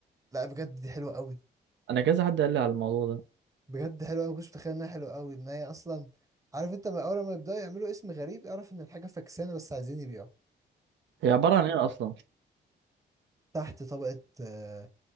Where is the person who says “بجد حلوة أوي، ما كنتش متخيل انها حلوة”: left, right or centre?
Right